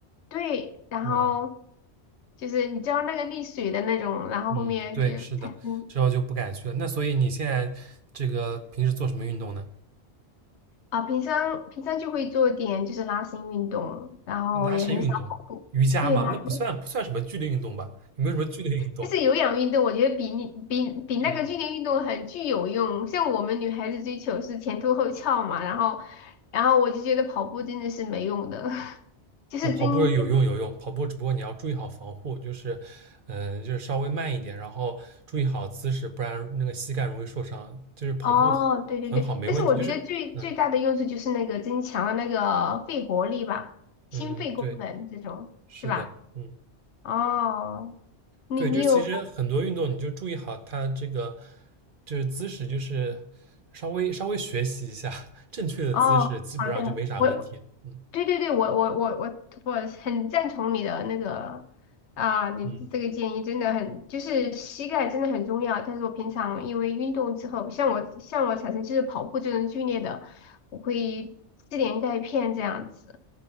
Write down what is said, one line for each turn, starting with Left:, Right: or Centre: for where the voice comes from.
Left: 对，然后
Right: 哦。
Left: 就是你知道那个溺水的那种，然后后面就产生。
Right: 嗯，对，是的，之后就不敢去了。那所以你现在这个平时做什么运动呢？
Left: 啊，平常平常就会做点就是拉伸运动，然后也很少跑步。
Right: 拉伸运动、瑜伽嘛，
Left: 对，拉伸
Right: 那不算不算什么剧烈运动吧？有没有什么剧烈运动？
Left: 就是有氧运动，我觉得比你比比那个剧烈运动很具有用。
Right: 嗯，
Left: 像我们女孩子追求是前凸后翘嘛，然后然后我就觉得跑步真的是没用的，<laughs> 就是增增
Right: 那跑步有用有用，跑步只不过你要注意好防护，就是嗯、呃就是稍微慢一点，然后注意好姿势，不然那个膝盖容易受伤。就是跑步
Left: 哦，对对对。
Right: 很好，没问题。
Left: 但是我觉得最最大的用处就是那个增强了那个肺活力吧，
Right: 就是嗯
Left: 心肺功能这种是吧？
Right: 嗯嗯，对，是的，嗯。
Left: 哦，你你有
Right: 对，就是其实很多运动，你就注意好它这个就是姿势，就是稍微稍微学习一下 <laughs> 正确的姿势，
Left: 哦，
Right: 基本上就没啥问题。
Left: 好的。我
Right: 嗯
Left: 对对对，我我我我我很赞同你的那个啊，你这个建议真的很，
Right: 嗯，
Left: 就是膝盖真的很重要。但是我平常因为运动之后，像我像我产生就是跑步这种剧烈的，我会吃点钙片这样子，